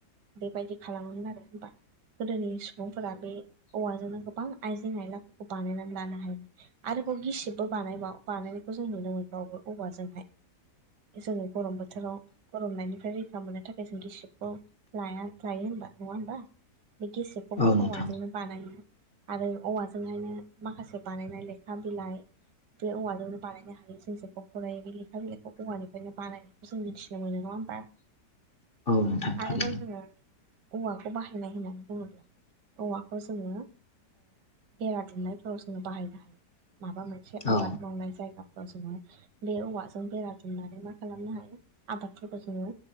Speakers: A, on the right; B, on the left.
A: बेबायदि खालामोमोन आरो होमबा। गोदोनि सुबुंफोरा बे औवाजोंनो गोबां आइजें आयलाफोरखौ बानायनानै लानो हायो। आरोबाव गिसिबबो बानायबाव- बानायनायखौ जों नुनो मोनबावो औवाजोंहाय जोङो गरम बोथोराव गरमनायनिफ्राय रैखा मोननो थाखाय जों गिसिबखौ लाया -लायो होनबा नङा होनबा? बे गिसिबखौबो
B: औ नोंथां औ नोंथां
A: औवाजोंनो बानायो आरो औवाजोंहायनो माखासे बानायनाय लेखा बिलाइ बे औवाजोंनो बानायनो हायो ‌। जों जेखौ फरायो बे लेखा बिलाइखौ औवानिफ्रायनो बानायो। जों मिथिनो मोनो नङा होनबा?
B: औ नोंथां थारैनो
A: आरोबाव जोङो औवाखौ बाहायनाय होननानै बुङोब्ला औवा <unintelligible> जोङो बेरा दुमनायफोराव जोङो बाहायनो हायो माबामोन मोनसे
B: औ
A: आबाद मावनाय जायगाफ्राव जोङो बे औवाजों बेरा दुमनानै मा खालामनो हायो आबादफोरखौ जोङो